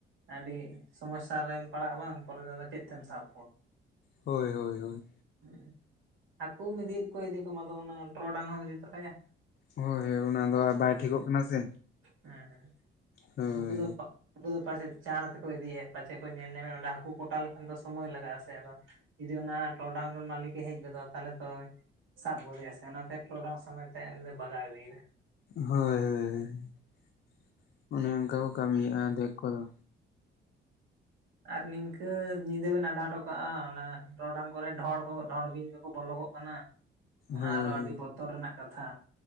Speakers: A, on the right; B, on the left.
A: ᱟᱹᱰᱤ ᱥᱚᱢᱚᱥᱥᱟ ᱨᱮᱢ ᱯᱟᱲᱟᱜᱼᱟ, ᱵᱟᱝ ᱯᱚᱨᱮ ᱛᱮᱫᱚ ᱪᱮᱫ ᱛᱮᱢ ᱥᱟᱵ ᱠᱚᱣᱟ᱾
B: ᱦᱳᱭ - ᱦᱳᱭ - ᱦᱳᱭ᱾
A: ᱦᱩᱸ ᱦᱟᱠᱩᱢ ᱤᱫᱤᱭᱤᱫ ᱠᱚ ᱤᱫᱤ ᱠᱚᱢ ᱟᱫᱚ ᱚᱱᱟ ᱴᱨᱚᱰᱟᱝ ᱦᱚᱸᱢ ᱤᱫᱤ ᱛᱚᱨᱟᱭᱟ᱾
B: ᱦᱚᱭ - ᱦᱳᱭ ᱚᱱᱟ ᱫᱚ ᱟᱨ, ᱵᱟᱭ ᱴᱷᱤᱠᱚᱜ ᱠᱟᱱᱟ ᱥᱮ
A: ᱦᱮᱸ ᱦᱮᱸ
B: ᱦᱳᱭ᱾
A: ᱩᱱᱠᱩ ᱫᱚ ᱩᱱᱠᱩ ᱫᱚ ᱯᱟᱥᱮᱫ ᱪᱟᱬ ᱛᱮᱠᱚ ᱤᱫᱤᱭᱮᱫ, ᱯᱟᱪᱮᱜ ᱠᱚ ᱧᱮᱞ ᱧᱟᱢᱮᱫ ᱚᱸᱰᱮ ᱦᱟᱠᱩ ᱠᱚᱴᱟ ᱞᱮᱠᱷᱟᱱ ᱫᱚ ᱥᱚᱢᱚᱭ ᱞᱟᱜᱟᱜᱼᱟ ᱥᱮ, ᱟᱫᱚ ᱡᱩᱫᱤ ᱚᱱᱟᱻ ᱴᱨᱚᱰᱟᱝ ᱨᱮᱱ ᱢᱟᱞᱤᱠᱮ ᱦᱮᱡ ᱜᱚᱫᱚᱜᱼᱟ, ᱛᱟᱦᱞᱮ ᱛᱚᱭ ᱥᱟᱵ ᱜᱟᱫᱮᱭᱟ ᱥᱮ, ᱚᱱᱟᱛᱮ ᱴᱨᱚᱰᱟᱝ ᱥᱚᱢᱮᱛ ᱮ ᱵᱟᱜᱟᱣ ᱤᱫᱤᱭᱫᱟ᱾
B: ᱦᱳᱭ - ᱦᱳᱭ ᱚᱱᱮ ᱚᱝᱠᱟ ᱠᱚ ᱠᱟᱹᱢᱤ ᱭᱮᱜᱼᱟ ᱟᱫᱷᱮᱠ ᱠᱚᱫᱚ᱾
A: ᱟᱨ ᱱᱤᱝᱠᱟᱹ ᱧᱤᱫᱟᱹ ᱵᱮᱱ ᱟᱰᱟᱣ ᱴᱚ ᱠᱟᱜᱼᱟ, ᱚᱱᱮᱷ ᱴᱨᱚᱰᱟᱝ ᱠᱚᱨᱮ ᱰᱷᱚᱸᱲ ᱠᱚᱜᱚ ᱰᱷᱚᱸᱲ ᱵᱤᱧ ᱠᱚᱠᱚ ᱵᱚᱞᱚᱜ ᱚᱱᱟᱜ - ᱚᱱᱟ
B: ᱦᱳᱭ
A: ᱟᱨᱚ ᱟᱰᱤ ᱵᱚᱛᱚᱨ ᱨᱮᱱᱟᱜ ᱠᱟᱛᱷᱟ᱾